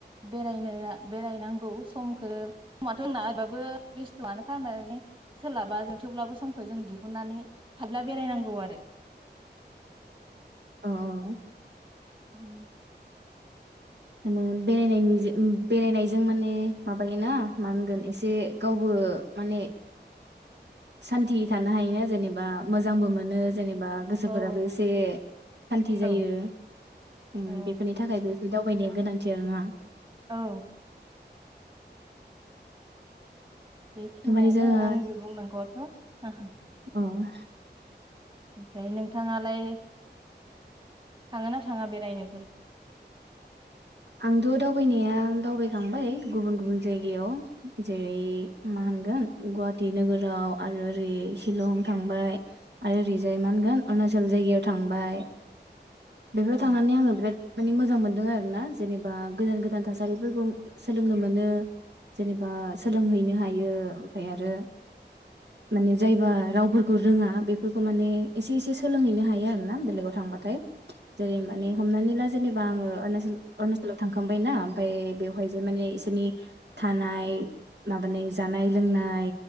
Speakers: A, on the right; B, on the right.
A: बेरायनो बेरायनांगौ समखो समाथ जोंना होबाबो बेस्थआनो माने सोलाबा जों थेवब्लाबो समखो जों दिहुननानै हाब्ला बेरायनांगौ आरो।
B: अ अ।
A: उम
B: माने बेरायनायनि बेरायनाय जों माने माबायोना मा होनगोन एसे गावबो माने- सानति थानो हायोना जेनेबा मोजांबो मोनो जेनेबा गोसोफोराबो
A: औ
B: एसे सानति
A: औ
B: जायो। उम
A: औ
B: बेफोरनि थाखायबो बे दावबायनाया गोनांथि आरो ना।
A: औ। बेखिनियानो
B: थारमाने जोङो
A: आंनि बुंनांगौआथ ओहो
B: अ। <unintelligible>
A: ओमफ्राय नोंथाङालाय थाङोना थाङा बेरायनोफोर?
B: आंथ दावबायनाया दावबायखांबाय गुबुन गुबुन जायगायाव जेरै मा होनगोन गुवाहाटि नोगोराव आरो ओरै सिलं थांबाय। आरो ओरैजाय मा होनगोन अरुणाचल जायगायाव थांबाय बेफोराव
A: औ
B: थांनानै आङो बिराद माने मोजां मोन आरो ना जेनेबा गोदान गोदान थासारिफोरखौ सोलोंनो मोनो जेनेबा सोलोंहैनो हायो ओमफ्राय आरो माने जायबा रावफोरखौ रोङा बेफोरखौ माने एसे एसे सोलोंहैनो हायो आरो ना बेलेगाव थांबाथाय जेरै माने हमनानै दा जेनेबा
A: नंगौ
B: आङो अरुणाचल अरुणा स्कुलाव थांखांबायना ओमफ्राय बेवहाय जे माने इसोरनि थानाय माबानि जानाय लोंनाय